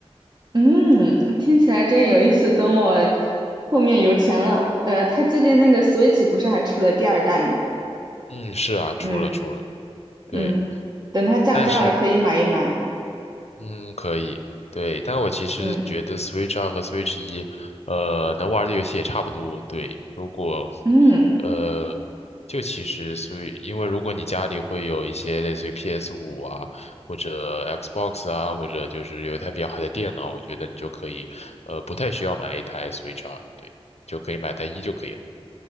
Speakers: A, on the right (about 40°); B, on the left (about 75°).
A: 嗯，听起来真有意思。等我后面有钱了，呃，他最近那个 Switch 不是还出了第二代吗？
B: 嗯，是啊，出了出了，
A: 嗯
B: 对，
A: 嗯，等它降价了可以买一买。
B: 但是嗯，可以，对，但我其实觉得
A: 嗯
B: Switch 二和 Switch 一，呃，能玩的游戏也差不多。对，如果，
A: 嗯
B: 呃，就其实 Switch，因为如果你家里会有一些类似于 p s 五啊，或者 Xbox 啊，或者就是有一台比较好的电脑，我觉得你就可以，呃，不太需要买一台 Switch 二，对，就可以买台一就可以了。